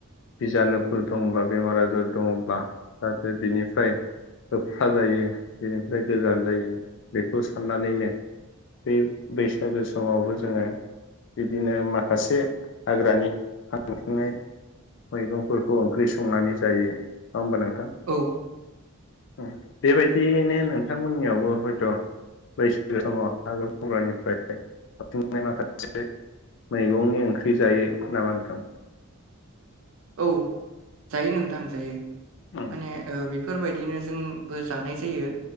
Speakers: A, on the left; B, on the right.
A: बिजानुफोर दंब्ला बेमार आजार दङब्ला जाहाथे बिनिफ्राय होबथा जायो बिनिफ्राय गोजान जायो बेखौ साननानैनो बे बैसागो समावबो जोङो बिदिनो माखासे हाग्रानि हांथेंनाय मैगंफोरखौ ओंख्रि संनानै जायो। नङा होमबा नोंथां?
B: औ
A: ओं बेबायदियैनो नोंथांमोननियावबो हयथ' बैसागो समाव हाग्रा बंग्रानिफ्राय <unintelligible> <unintelligible> माखासे मैगंनि ओंख्रि जायो नामा नोंथां?
B: औ जायो नोंथां जायो।
A: उम
B: माने ओ बि बेफोरबायदिनो जोंबो जानाय जायो